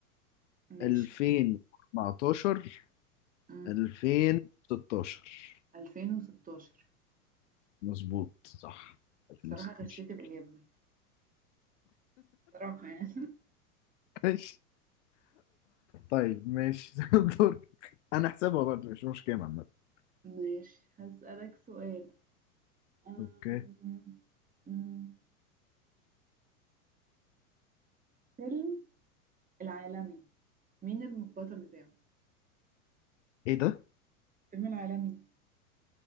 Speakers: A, on the right; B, on the left.
A: ماشي
B: 2014
A: امم
B: 2016
A: 2016
B: مظبوط صح 2016
A: الصراحة غشيت الإجابة صراحة يعني <laughs>
B: ماشي طيب ماشي <laughs> دورك انا احسبها برضه مش مشكلة عامة
A: ماشي هسألك سؤال أم...
B: اوكي
A: أم، فيلم العالمي مين البطل بتاعه؟
B: ايه ده
A: فيلم العالمي